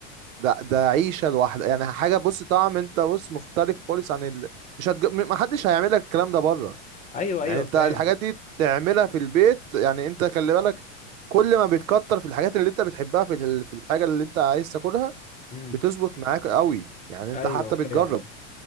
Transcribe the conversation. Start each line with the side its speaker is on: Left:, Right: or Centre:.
Right: ده ده عيشه لوحدها يعني حاجه بص طعم انت بص مختلف خالص عن ال... مش هتج... م- ما حدش هيعمل لك الكلام ده بره
Left: ايوه ايوه
Right: يعني انت
Left: فاهم
Right: الحاجات دي تعملها في البيت يعني انت خلي بالك كل ما بتكتر في الحاجات اللي انت بتحبها في ال- في الحاجه اللي انت عايز تاكلها
Left: إمم.
Right: بتظبط معاك قوي يعني انت
Left: ايوه
Right: حتى
Left: فعلا
Right: بتجرب